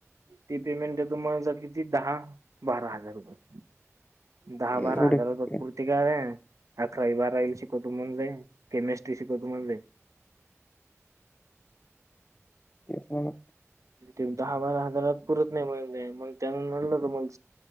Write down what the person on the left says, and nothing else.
एवढे
तेच
तेच म्हणलं.